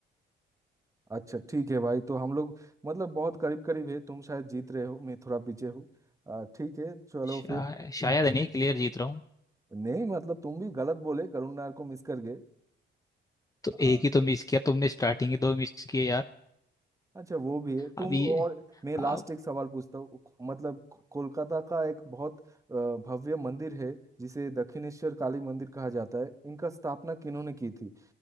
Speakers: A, on the right; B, on the left.
A: अच्छा ठीक है भाई तो हम लोग मतलब बहुत करीब करीब है तुम शायद जीत रहे हो मैं थोड़ा पीछे हूँ आ, ठीक है चलो
B: शा,
A: फिर
B: शायद नहीं क्लियर जीत रहा हूँ
A: नहीं मतलब तुम भी गलत बोले करुण नायर को मिस कर गए
B: तो
A: आ,
B: एक ही तो मिस किया तुमने स्टार्टिंग ही दो मिस किए यार
A: अच्छा वो भी है तुम
B: अभी
A: और मैं लास्ट
B: अब
A: एक सवाल पूछता हूँ मतलब को- कोलकाता का एक बहुत अ, भव्य मंदिर है जिसे दक्षिणेश्वर काली मंदिर कहा जाता है इनका स्थापना किन्होंने की थी